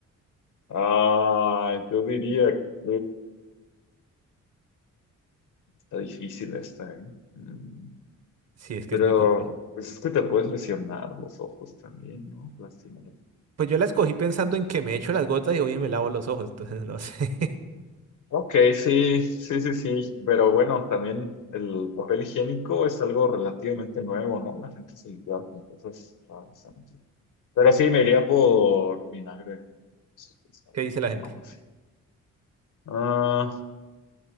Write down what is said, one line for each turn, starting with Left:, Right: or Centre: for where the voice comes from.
Left: Ah, yo diría que está difícil esta, ¿eh? Mm,
Right: Sí, es que
Left: Pero,
Right: es muy complejo.
Left: pues es que te puedes lesionar los ojos también, ¿no? Lastimarlos.
Right: Pues yo la escogí pensando en que me echo las gotas y hoy me lavo los ojos, entonces no sé
Left: Ok, sí, sí, sí, sí. Pero bueno, también el papel higiénico es algo relativamente nuevo, ¿no? La gente se limpia con cosas raras antes. Pero sí, me iría por vinagre. sí, pues,
Right: <laughs> qué dice la gente.
Left: Aún así. Ah,